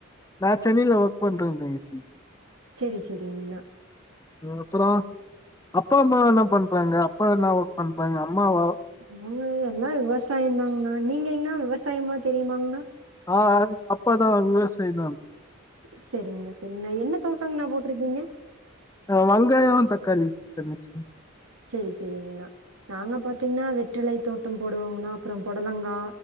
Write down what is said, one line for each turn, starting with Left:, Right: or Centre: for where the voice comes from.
Left: நா சென்னைல ஒர்க் பண்றங் தங்கச்சி
Right: செரி செரிங்ண்ணா
Left: னுப்புற அப்பா அம்மா இன்ன பண்றாங்க அப்பா என்ன ஒர்க் பண்றாங்க அம்மாவ
Right: முனு எல்லா விவசாயந்தாங்ண்ணா நீங்க எங்ணா விவசாயமாத் தெரியுமாங்ண்ணா
Left: ஆ அ அப்பதா விவசாய் தா
Right: செரிங்ணா செரிங்ண்ணா என்ன தோட்டங்ண்ணா போட்ருக்கீங்க
Left: ஆ வங்காயோ தக்காளி தங்கச்சி
Right: செரி செரிங்ண்ணா நாங்க பாத்தீங்னா வெற்றிலை தோட்டம் போடுவோங்ணா அப்புற புடலங்கா